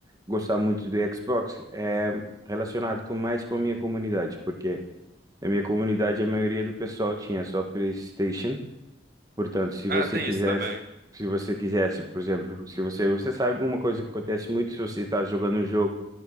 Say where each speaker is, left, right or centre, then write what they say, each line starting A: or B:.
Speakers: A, on the right; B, on the right.
A: gostar muito do Xbox é relacionado com mais com a minha comunidade, porque na minha comunidade a maioria do pessoal tinha só PlayStation. Portanto, se
B: Ah,
A: você
B: tem
A: quisesse,
B: isso também.
A: se você quisesse, por exemplo, se você, você sabe uma coisa que acontece muito se você está jogando um jogo